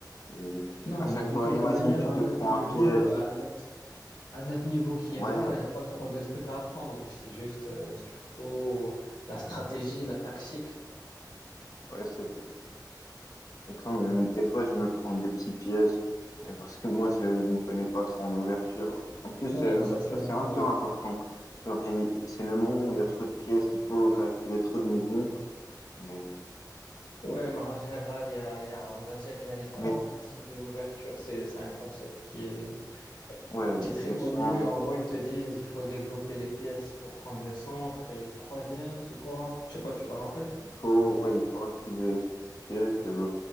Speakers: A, on the left; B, on the left.
A: Et
B: Non,
A: à chaque
B: mais de
A: fois,
B: toutes
A: imagine
B: les manières,
A: tu
B: à
A: te
B: notre
A: prends
B: niveau,
A: un piège.
B: à notre À notre niveau qui
A: Ouais,
B: est bas, il n'y a pas trop de trucs à apprendre. C'est juste euh, surtout la stratégie, la tactique.
A: ouais, c'est vrai. Et quand même, des fois je me prends des petits pièges euh, parce que moi je, je m'y connais pas trop en ouverture. En plus,
B: Ouais,
A: euh, l'ouverture
B: mais ça c'est normal.
A: c'est un peu important. Genre, il- c'est le moment où il y a trop de pièces, il faut calculer trop de mouvements. Mais
B: Ouais, mais en général, il y a, il y a, on va dire, il y a les trois
A: mais
B: principes de l'ouverture. C'est, c'est un concept qui est,
A: ouais,
B: qui est très
A: le
B: connu.
A: centre.
B: En gros, ils te disent, il faut développer les pièces, il faut prendre le centre. Et le troisième, c'est quoi? Je sais pas, tu te rappelles?
A: Bah, il faut, ouais, il faut activer cette pièce, le,